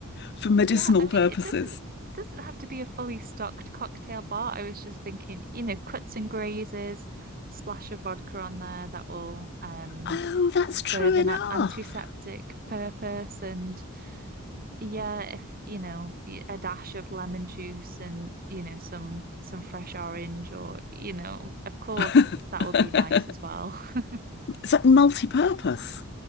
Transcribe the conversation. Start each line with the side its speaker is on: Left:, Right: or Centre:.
Left: for medicinal
Right: Yeah, I mean,
Left: purposes.
Right: it doesn't doesn't have to be a fully stocked cocktail bar. I was just thinking, you know, cuts and grazes, splash of vodka on there that will um
Left: Oh, that's
Right: serve
Left: true enough.
Right: an a- antiseptic purpose. And yeah, if you know, y- a dash of lemon juice and you know, some some fresh orange or you know, of course,
Left: <laughs>
Right: that would be nice as well. <laughs>
Left: So multi-purpose.